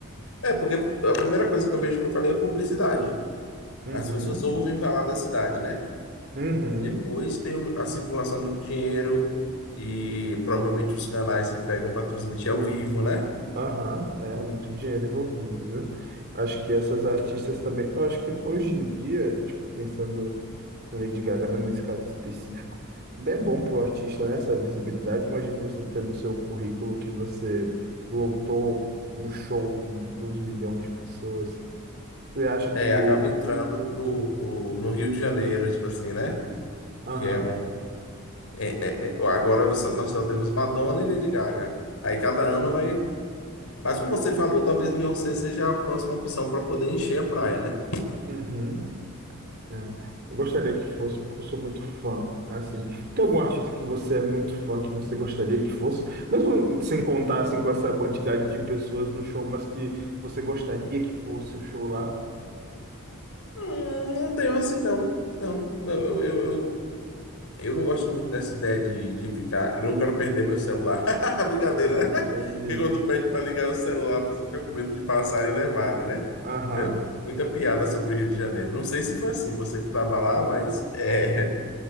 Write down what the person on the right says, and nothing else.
Uhum.
Uhum.
Aham, é muito dinheiro envolvido, viu? Acho que essas artistas também. Eu acho que hoje em dia, tipo, pensando. Lady Gaga, né, nesse caso específico. Bem é bom para o artista, né, essa visibilidade. Imagine você ter no seu currículo que você lotou um show com 2 milhões de pessoas. Você acha que.
Aham,
uhum, né. Eu gostaria que fosse, porque eu sou muito fã, assim. Tem algum artista que você é muito fã, que você gostaria que fosse? Mesmo sem contar, assim, com essa quantidade de pessoas no show, mas que você gostaria que fosse o show lá?
Ah,
entendi.
Aham,